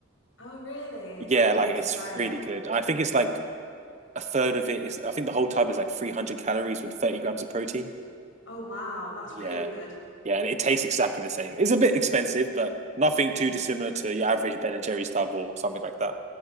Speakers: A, on the left; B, on the right.
A: Oh, really?
B: Yeah,
A: I might
B: like
A: need
B: it's
A: to try
B: really
A: it.
B: good. I think it's like a third of it is, I think the whole tub is like 300 calories with 30 grams of protein.
A: Oh, wow, that's
B: Yeah.
A: really good.
B: Yeah. And it tastes exactly the same. It's a bit expensive, but nothing too dissimilar to your average Ben and Jerry's tub or something like